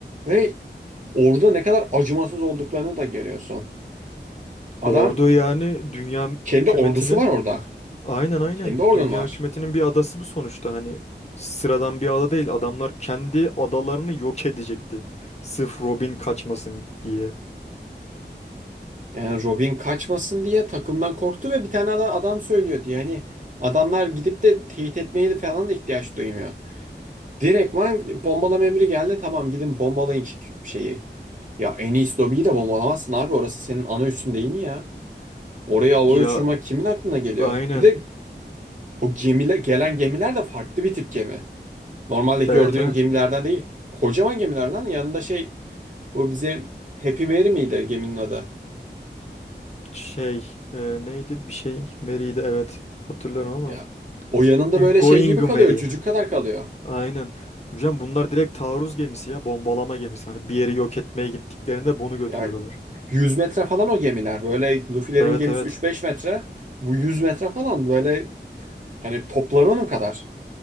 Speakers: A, on the right (about 45°); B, on the left (about 35°).
A: Ve orada ne kadar acımasız olduklarını da görüyorsun. Adam
B: Ordu yani dünya hükümetinin
A: kendi ordusu var orada.
B: Aynen aynen.
A: Kendi ordun
B: Dünya
A: var.
B: hükümetinin bir adası bu sonuçta hani sıradan bir ada değil. Adamlar kendi adalarını yok edecekti. Sırf Robin kaçmasın diye.
A: Yani Robin kaçmasın diye takımdan korktu ve bir tane ada- adam söylüyor diye. Hani adamlar gidip de teyit etmeye de falan da ihtiyaç duymuyor. Direktman bombalama emri geldi. Tamam gidin bombalayın ki- şeyi. Ya en iyisi lobiyi de bombalamazsın abi. Orası senin ana üssün değil mi ya? Oraya havaya
B: Ya
A: uçurmak kimin aklına geliyor?
B: aynen.
A: Bir de o gemiler, gelen gemiler de farklı bir tip gemi. Normalde gördüğün
B: Evet evet.
A: gemilerden değil. Kocaman gemiler lan yanında şey bu bize Happy Mary miydi geminin adı?
B: Şey e, neydi bir şey Mary'di evet. Hatırlıyorum ama.
A: Ya o yanında
B: E,
A: böyle
B: Going
A: şey gibi
B: Mary.
A: kalıyor. Cücük kadar kalıyor.
B: Aynen. Hocam bunlar direkt taarruz gemisi ya bombalama gemisi. Hani bir yeri yok etmeye gittiklerinde bunu götürüyorlar.
A: Ya 100 metre falan o gemiler. Böyle Luffy'lerin
B: Evet
A: gemisi
B: evet.
A: üç beş metre. Bu 100 metre falan böyle hani topları onun kadar.